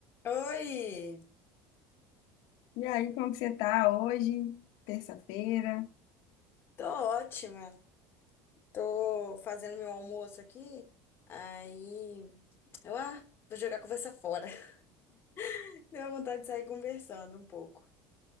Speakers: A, on the left (about 30°); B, on the left (about 65°).
A: Oi,
B: E aí, como que você tá hoje? Terça-feira.
A: tô ótima. Tô fazendo meu almoço aqui. Aí, eu, ah, vou jogar a conversa fora. <laughs> Deu vontade de sair conversando um pouco.